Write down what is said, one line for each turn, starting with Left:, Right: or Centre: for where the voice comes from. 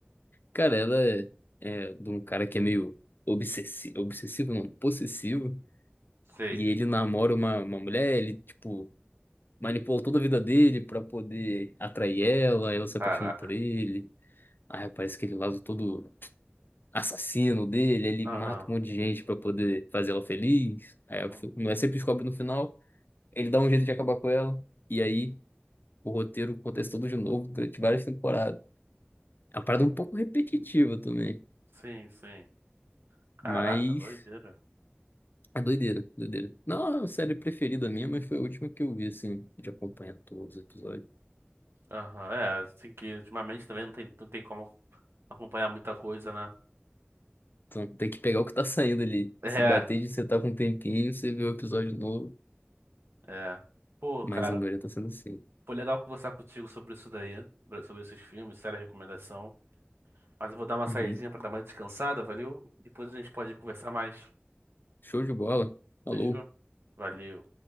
Left: Cara, ela é, é de um cara que é meio obsessivo, obsessivo não, possessivo,
Right: Sei.
Left: e ele namora uma, uma mulher, ele, tipo, manipulou toda a vida dele pra poder atrair ela, ela se apaixona
Right: Caraca.
Left: por ele, aí parece que ele lado todo assassino dele, ele
Right: Aham.
Left: mata um monte de gente pra poder fazer ela feliz, aí a
Right: Uhum.
Left: fi- mulher sempre descobre no final, ele dá um jeito de acabar com ela, e aí o roteiro acontece todo de novo durante várias temporadas. É uma parada um pouco repetitiva também,
Right: Sim, sim. Caraca,
Left: mas...
Right: doideira.
Left: É doideira, doideira. Não, a série preferida minha, mas foi a última que eu vi, assim, de acompanhar todos os episódios.
Right: Aham. É, assim que ultimamente também não tem, não tem como acompanhar muita coisa, né?
Left: Então tem que pegar o que tá saindo ali.
Right: É,
Left: Se bater de sentar com um tempinho, você vê o episódio novo.
Right: é. Pô,
Left: Mas
Right: cara,
Left: a maioria tá sendo assim.
Right: foi legal conversar contigo sobre isso daí, sobre esses filmes, séria recomendação. Mas eu vou dar uma
Left: Uhum.
Right: saidinha pra dar uma descansada, valeu? Depois a gente pode conversar mais.
Left: Show de bola. Alô.
Right: Fechou? Valeu.